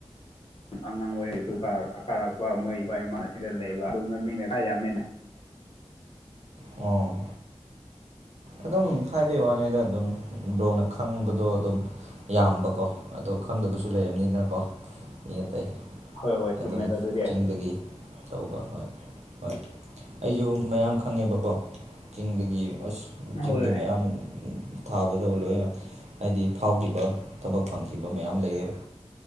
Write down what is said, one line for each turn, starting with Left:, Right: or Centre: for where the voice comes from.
Left: ꯑꯉꯥꯡ ꯑꯣꯏꯔꯁꯨ ꯀꯥꯔ ꯀꯥꯔꯛꯄ ꯃꯣꯏ ꯏꯄꯥ ꯏꯃꯥꯅ ꯑꯁꯤꯗ ꯂꯩꯕ ꯑꯗꯨꯒꯨꯝꯕ ꯃꯤꯅ ꯈꯥ ꯌꯥꯝꯃꯤꯅꯦ
Right: ꯑꯣ ꯑꯗꯨꯝ ꯍꯥꯏꯕꯩ ꯋꯥꯅꯤꯗ ꯑꯗꯨꯝ ꯕ꯭ꯔꯣꯅ ꯈꯪꯕꯗꯣ ꯑꯗꯨꯝ ꯏꯌꯥꯝꯕꯀꯣ ꯑꯗꯣ ꯈꯪꯗꯕꯁꯨ ꯂꯩꯔꯝꯅꯤꯅꯀꯣ ꯃꯤ ꯑꯇꯩ
Left: ꯍꯣꯏ ꯍꯣꯏ ꯆꯨꯝꯃꯦꯗ
Right: ꯑꯗꯨꯝ
Left: ꯑꯗꯨꯗꯤ
Right: ꯆꯤꯡꯗꯥꯒꯤ ꯇꯧꯕ ꯍꯣꯏ ꯍꯣꯏ ꯑꯩꯖꯨ ꯃꯌꯥꯝ ꯈꯪꯉꯦꯕꯀꯣ ꯆꯤꯡꯗꯥꯒꯤ ꯑꯁ ꯆꯤꯡꯗ
Left: ꯍꯣꯏ
Right: ꯃꯌꯥꯝ ꯊꯥꯒꯥꯗꯕ ꯂꯣꯏꯅ ꯍꯥꯏꯗꯤ ꯐꯥꯎꯒꯤꯕ ꯊꯕꯛ ꯐꯪꯈꯤꯕ ꯃꯌꯥꯝ ꯂꯩꯌꯦꯕ